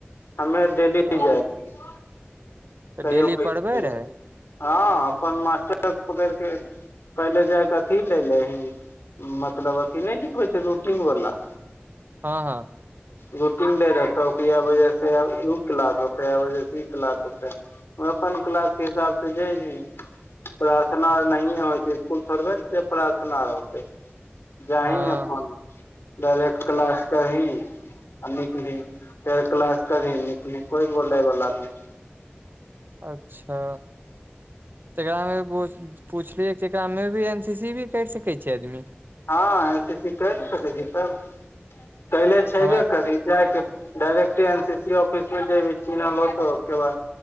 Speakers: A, on the left (about 75°); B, on the right (about 55°).
A: हम्मे आर डेली
B: अ,
A: जाय रिहै।
B: तऽ
A: कहियो-कहियो
B: डेली पढ़बै
A: नै जाय
B: रहै
A: हां अपन मास्टर के पकैड़ कऽ पहिले जाय के अथी ले लेही मतलब अथी नै सिखबै छै रुटिंग वला
B: हां-हां।
A: रूटिंग दै रहै तऽ उ के याएह बजे से उ क्लास होतै, याएह बजे से ई क्लास होतै। अपन क्लास के हिसाब से जैबी। प्रार्थना आर नहिये होय छै, इसकुल थोड़बे नै छिये प्रार्थना आर होतै। जाहि
B: हँ
A: अपन डायरेक्ट क्लास करही। आ नि फेर क्लास करी निकली कोय बोलै बला नै।
B: अच्छा। जेकरा मे पुछ पुछलियै कि एकरा मे भी एन सी सी भी कैर सकै छै आदमी।
A: हां एन सी सी कैर सकै छी तऽ कैएले छेबे
B: हमरा
A: करी। जाय कऽ डायरेक्टे एन सी सी ऑफिस पर जेबी चिन्हऽ लगतौ ओ के बाद